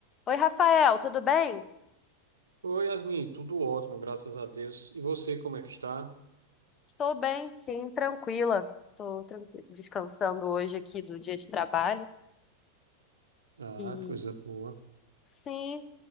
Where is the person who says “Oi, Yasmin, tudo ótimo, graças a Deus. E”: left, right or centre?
Right